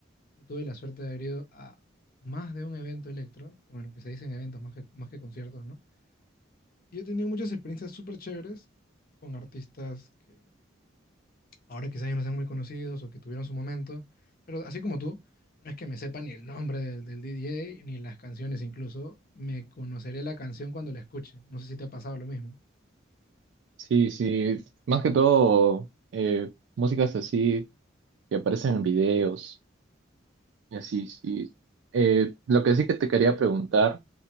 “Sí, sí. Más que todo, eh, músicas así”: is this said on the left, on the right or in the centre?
Right